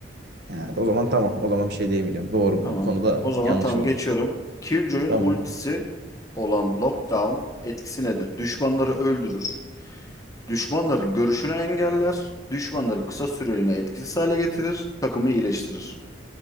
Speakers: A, on the right (about 60°); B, on the left (about 20°).
A: Evet o zaman tamam. O zaman bir şey diyemeyeceğim. Doğru
B: Tamam.
A: bu konuda
B: O zaman
A: yanlış
B: tamam
A: oldu.
B: geçiyorum. Killjoy'un
A: Tamam.
B: ultisi olan Lockdown etkisi nedir? Düşmanları öldürür. Düşmanların görüşünü engeller. Düşmanları kısa süreliğine etkisiz hale getirir. Takımı iyileştirir.